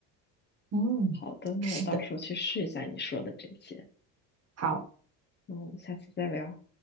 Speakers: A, on the right; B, on the left.
A: 嗯，
B: 好的，那我到时候去试一下你说的这些。
A: 是的，好，
B: 那我们下次再聊。